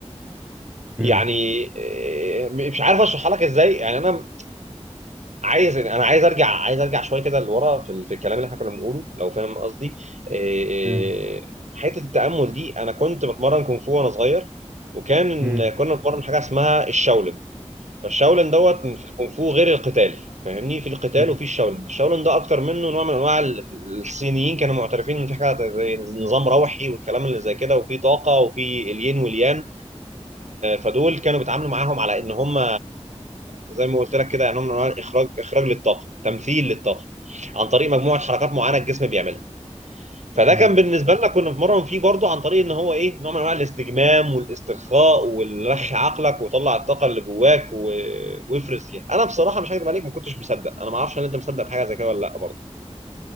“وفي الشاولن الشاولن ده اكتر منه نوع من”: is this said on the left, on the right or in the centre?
Right